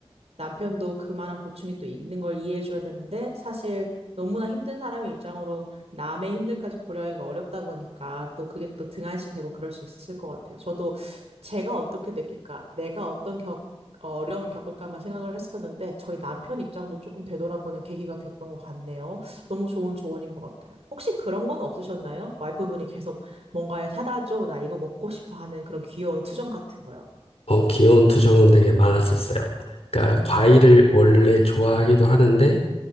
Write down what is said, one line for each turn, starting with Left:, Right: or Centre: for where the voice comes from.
Right: 남편도 그만한 고충이 또 있는 걸 이해해줘야 되는데 사실 너무나 힘든 사람의 입장으로 남의 힘듦까지 고려하기가 어렵다 보니까 또 그게 또 등한시 되고 그럴 수 있을 것 같아요. 저도 제가 어떻게 느낄까, 내가 어떤 겪, 어, 어려움을 겪을까만 생각을 했었는데 저희 남편 입장도 조금 되돌아보는 계기가 됐던 것 같네요. 너무 좋은 조언인 것 같아요. 혹시 그런 건 없으셨나요? 와이프분이 계속 뭔가를 사다 줘, 나 이거 먹고 싶어 하는 그런 귀여운 투정 같은 거요.
Left: 어, 귀여운 투정은 되게 많았었어요. 그러니까 과일을 원래 좋아하기도 하는데,